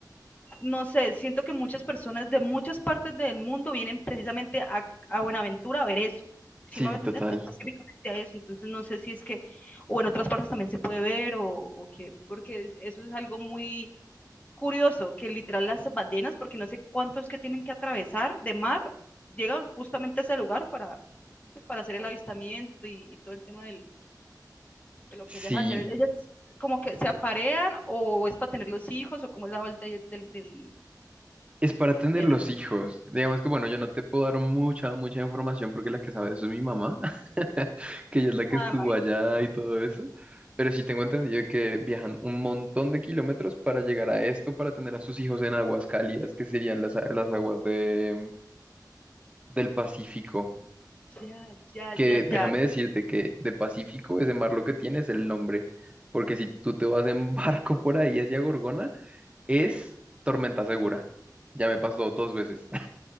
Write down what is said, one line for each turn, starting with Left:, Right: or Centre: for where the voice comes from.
Left: no sé, siento que muchas personas de muchas partes del mundo vienen precisamente a, a Buenaventura a ver eso. ¿Sí
Right: Sí,
Left: me va a entender?
Right: total.
Left: A- Específicamente a eso. Entonces no sé si es que, o en otras partes también se puede ver o, o qué, porque eso es algo muy curioso que literal las ballenas, porque no sé cuántos que tienen que atravesar de mar, llegan justamente a ese lugar para, pues, para hacer el avistamiento y, y todo el tema del, de lo
Right: Sí,
Left: que ellas hacen. E-, Ellas como que se aparean o es para tener los hijos o cómo es la vuelta del... del,
Right: Es para tener
Left: de
Right: los
Left: eso?
Right: hijos. Digamos que, bueno, yo no te puedo dar mucha, mucha información porque la que sabe eso es mi mamá, <laughs> que ella es la que
Left: Ah,
Right: estuvo allá y todo eso. Pero sí tengo entendido que viajan un montón de kilómetros para llegar a esto, para tener a sus hijos en aguas cálidas, que serían las, a- las aguas de, del Pacífico.
Left: ya, ya,
Right: Que
Left: ya,
Right: déjame
Left: ya.
Right: decirte que de Pacífico ese mar lo que tiene es el nombre. Porque si tú te vas en <laughs> barco por ahí hacia Gorgona, es tormenta segura. Ya me pasó dos veces.